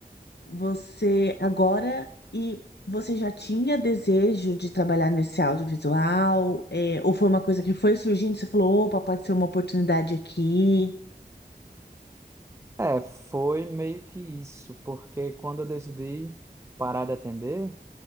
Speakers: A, on the left (about 80°); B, on the right (about 15°).
A: você agora, e você já tinha desejo de trabalhar nesse audiovisual? É, ou foi uma coisa que foi surgindo, você falou, opa, pode ser uma oportunidade aqui?
B: é, é, foi meio que isso, porque quando eu decidi parar de atender,